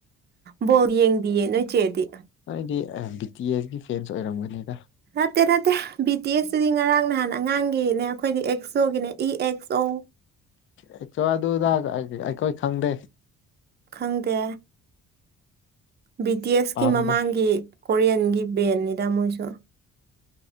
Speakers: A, on the right; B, on the left.
A: ꯕꯣꯜ ꯌꯦꯡꯗꯤꯌꯦ ꯅꯣꯏ ꯆꯦꯗꯤ꯫
B: ꯅꯣꯏꯗꯤ ꯑ ꯕꯤ ꯇꯤ ꯑꯦꯁꯒꯤ ꯐꯦꯟꯁ ꯑꯣꯏꯔꯝꯒꯅꯤꯗ꯫
A: ꯅꯠꯇꯦ ꯅꯠꯇꯦ ꯕꯤ ꯇꯤ ꯑꯦꯁꯇꯨꯗꯤ ꯉꯔꯥꯡ ꯅꯍꯥꯟ ꯑꯉꯥꯡꯒꯤ ꯅꯦ ꯑꯩꯈꯣꯏꯗꯤ ꯑꯦꯛꯁꯣꯒꯤꯅꯦ ꯏ ꯑꯦꯛꯁ ꯑꯣ꯫
B: ꯑꯦꯛꯆꯣ ꯑꯗꯨ ꯑꯗꯥ <unintelligible> ꯑꯩꯈꯣꯏ ꯈꯪꯗꯦ꯫
A: ꯈꯪꯗꯦ꯫ ꯕꯤ ꯇꯤ ꯑꯦꯁꯀꯤ
B: ꯄꯥꯝꯗꯦ
A: ꯃꯃꯥꯡꯒꯤ ꯀꯣꯔꯤꯌꯟꯒꯤ ꯕꯦꯟꯅꯤꯗ ꯃꯣꯏꯁꯨ꯫